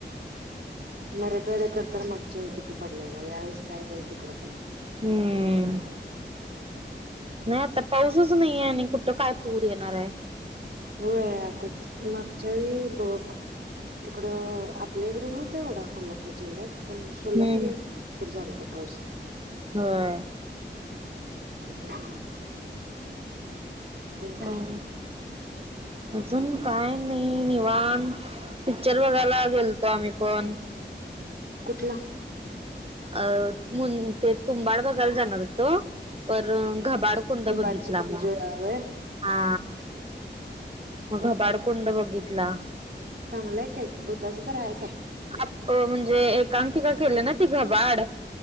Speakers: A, on the right; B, on the right.
A: मराठवाड्या कडतर मागच्या वेळी किती पडले ना यावेेळेस काही नाही तिकडं पण
B: हम्म नाही आता पाऊस तूच नाहीे आणि कुठं काय पूर येणार आहे
A: होय आता मागच्या वेळी बग तिकड आपल्या इकडे होत एवढा कोल्हापूर जिल्ह्यात पण सोलापूरला
B: हम्म
A: भरपूर झालता पाऊस
B: होय
A: हम्
B: हम्म
A: काय
B: अजून काय नाही निवांत पिच्चर बघायला गेलतो आम्ही पण
A: कुठला?
B: अ मुन ते तुंबाड बघायला जाणार होतो पण घबाड कुंड
A: तुंबाडची
B: बघितला
A: एन्जॉय
B: मग
A: व्हय
B: हा मग
A: कोण
B: घबाडकुंड
A: कोण
B: बघितला
A: चांगलंय काय भूताच तर आहे काय
B: आप म्हणजे एकांकिका केली ना ती घबाड